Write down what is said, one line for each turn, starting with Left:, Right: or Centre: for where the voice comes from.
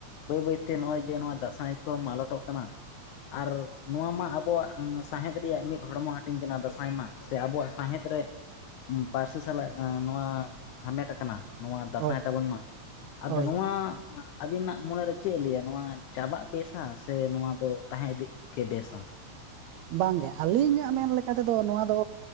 Left: ᱵᱟᱹᱭ ᱵᱟᱹᱭᱛᱮ ᱱᱚᱜᱚᱭ ᱡᱮ ᱱᱚᱣᱟ ᱫᱟᱸᱥᱟᱭ ᱠᱚ ᱢᱟᱞᱚᱴᱚᱜ ᱠᱟᱱᱟ ᱾ ᱟᱨ ᱱᱚᱣᱟ ᱢᱟ ᱟᱵᱚᱣᱟᱜ ᱥᱟᱶᱦᱮᱫ ᱨᱮᱭᱟᱜ ᱢᱤᱫ ᱦᱚᱲᱢᱚ ᱦᱟᱹᱴᱤᱧ ᱠᱟᱱᱟ ᱫᱟᱸᱥᱟᱭ ᱢᱟ ᱥᱮ ᱟᱵᱚᱣᱟᱜ ᱥᱟᱶᱦᱮᱫ ᱨᱮ ᱯᱟᱹᱨᱥᱤ ᱥᱟᱞᱟᱜ ᱱᱚᱣᱟ ᱦᱟᱢᱮᱴ ᱟᱠᱟᱱᱟ ᱾ ᱱᱚᱣᱟ ᱫᱟᱸᱥᱟᱭ
Right: ᱦᱳᱭ
Left: ᱛᱟᱵᱚᱱ ᱢᱟ ᱟᱫᱚ
Right: ᱦᱳᱭ
Left: ᱱᱚᱣᱟ ᱾ ᱟᱵᱤᱱᱟᱜ ᱢᱚᱱᱮᱨᱮ ᱪᱮᱫ ᱮ ᱞᱟᱹᱭᱟ ᱱᱚᱣᱟ ᱪᱟᱵᱟᱜ ᱵᱮᱥᱟ ᱥᱮ ᱱᱚᱣᱟ ᱫᱚ ᱛᱟᱦᱮᱸ ᱤᱫᱤᱜ ᱜᱮ ᱵᱮᱥᱟ
Right: ᱵᱟᱝᱜᱮ ᱟᱹᱞᱤᱧᱟᱜ ᱢᱮᱱ ᱞᱮᱠᱟ ᱛᱮᱫᱚ ᱱᱚᱣᱟ ᱫᱚ